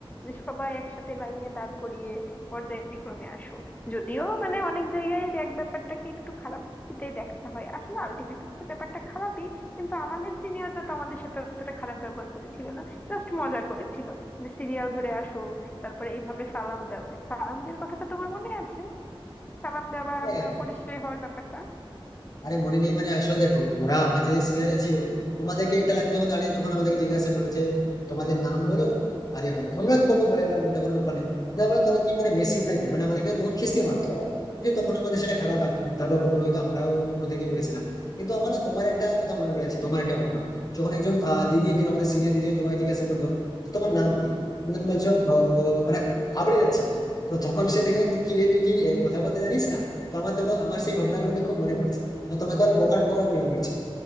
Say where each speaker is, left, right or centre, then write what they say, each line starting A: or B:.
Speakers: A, on the left; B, on the left.
A: যে সবাই একসাথে লাইনে দাঁড় করিয়ে পর্যায়ক্রমে আসো যদিও মানে অনেক জায়গায় র্যাগ ব্যাপারটাকে একটু খারাপ দৃষ্টিতেই দেখা হয় আসলে আলটিমেটলি তো ব্যাপারটা খারাপই কিন্তু আমাদের সিনিয়ররা তো আমাদের সাথে অতটা খারাপ ব্যবহার করেছিল না জাস্ট মজা করেছিল যে সিরিয়াল ধরে আসো তারপরে এইভাবে সালাম দাও সালাম দেওয়ার কথাটা তোমার মনে আছে সালাম দেওয়া বা
B: হ্যাঁ,
A: আহ, পরিচয় হওয়ার ব্যাপারটা
B: আরে মনে নেই মানে আসলে দেখো ওরা মাঝে যে সিনিয়ররা ছিল আমাদেরকে একটা লাইনে যখন দাঁড়িয়ে যখন আমাদেরকে জিজ্ঞাসা করলো যে তোমাদের নাম বলো আর ইয়ে বলো আমরা কত বলে গেলাম ওটা কোনো ব্যাপার নেই যা বলো তোরা কি মানে মেশিন নাকি মানে আমাদেরকে তখন খিস্তি মারতো ওরা এই যে তখন আমাদের সেটা খারাপ লাগতো তারপর বড় হয়তো আমরাও অন্যদিকে করেছিলাম কিন্তু আমার না তোমার একটা কথা মনে পড়ে আছে তোমার একটা ঘটনা যখন একজন আহ, দিদি একজন আমাদের সিনিয়র দিদি তোমাকে জিজ্ঞাসা করলো তোমার নাম কি তুমি তখন বলছো "আহ, মানে আবড়ে যাচ্ছিলে তো তখন সে দেখে বলে, তুই কি রে তুই কি আহ, কথা বলতে জানিস না তো আমার তখন আমার সেই ঘটনাগুলো কিন্তু খুব মনে পড়ছে তোমাকে ওরা বোকা টোকা মনে করছিল